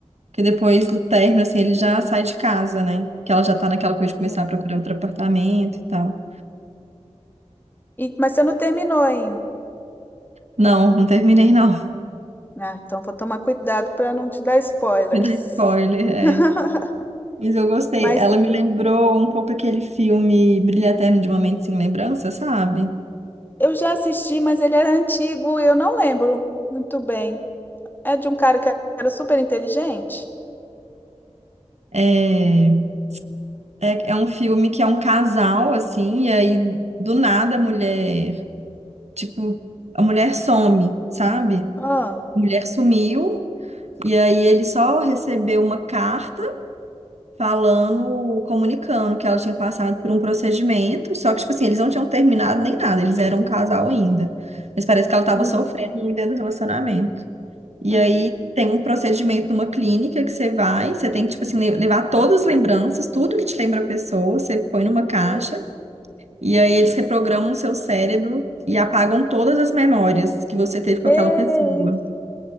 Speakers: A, on the right; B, on the left.
A: Porque depois do término, assim, ele já sai de casa, né? Que ela já tá naquela coisa de
B: sim.
A: começar a procurar outro apartamento e tal.
B: E- mas você não terminou ainda.
A: Não, não terminei, não.
B: Ah, então vou tomar cuidado para não te dar spoilers.
A: Me dá spoiler, é.
B: <laughs>
A: Mas eu gostei.
B: Mas
A: Ela me lembrou um pouco aquele filme Brilho Eterno de uma Mente Sem Lembrança, sabe?
B: eu já assisti, mas ele era antigo e eu não lembro muito bem. É de um cara que era super inteligente?
A: É, é, é um filme que é um casal, assim, e aí do nada a mulher, tipo, a mulher some, sabe?
B: Ah,
A: A mulher sumiu, e aí ele só recebeu uma carta. falando, comunicando que ela tinha passado por um procedimento, só que, tipo assim, eles não tinham terminado nem nada, eles eram um casal ainda. Mas parece que ela estava
B: hum,
A: sofrendo muito dentro do relacionamento. E
B: hum.
A: aí tem um procedimento numa clínica que você vai, você tem que, tipo assim, le- levar todas as lembranças, tudo que te lembra a pessoa, você põe numa caixa,
B: Nu.
A: e aí eles reprogramam o seu cérebro e apagam todas as memórias que você teve com
B: Que
A: aquela pessoa.
B: isso?